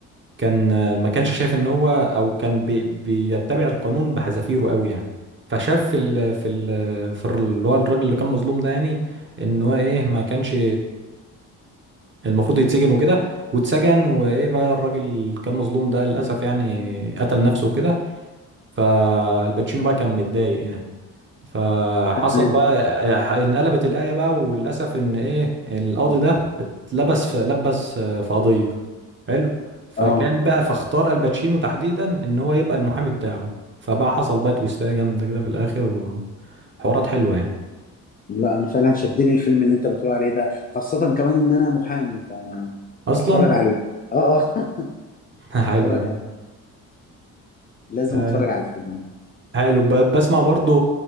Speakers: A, on the right; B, on the left.
A: كان ما كانش شايف ان هو او كان بي... بيتبع القانون بحذافيره قوي يعني فشاف في ال... في ال... في ال- اللي هو الراجل اللي كان مظلوم ده يعني ان هو ايه ما كانش المفروض يتسجن وكده واتسجن وايه بقى الراجل اللي كان مظلوم ده للاسف يعني قتل نفسه وكده فالباتشينو بقى كان متضايق يعني فحصل
B: تمام
A: بقى انقلبت الآية بقى وللأسف إن إيه القاضي ده اتلبس في لبس في قضية حلو فكان
B: اه
A: بقى فاختار الباتشينو تحديدا إن هو يبقى المحامي بتاعه فبقى حصل بقى تويستاية جامدة كده في الآخر وحوارات حلوة يعني
B: لا انا فعلا شدني الفيلم اللي انت بتقول عليه ده خاصة كمان ان انا محامي
A: أصلا
B: فهتفرج عليه اه اه <laughs>
A: <laughs>
B: هتفرج
A: حلوة دي
B: عليه لازم
A: آه،
B: اتفرج على الفيلم
A: حلو ب- بسمع برضو